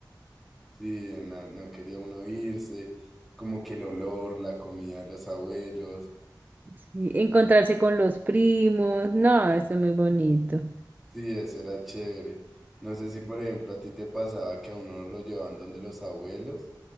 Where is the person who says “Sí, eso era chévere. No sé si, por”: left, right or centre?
Centre